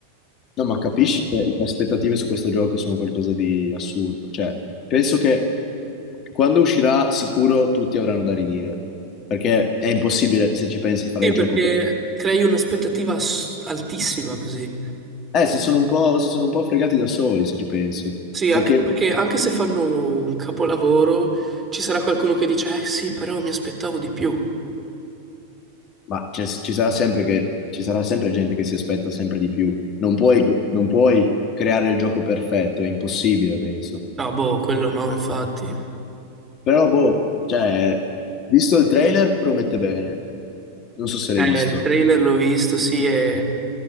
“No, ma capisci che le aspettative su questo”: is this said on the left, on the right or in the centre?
Left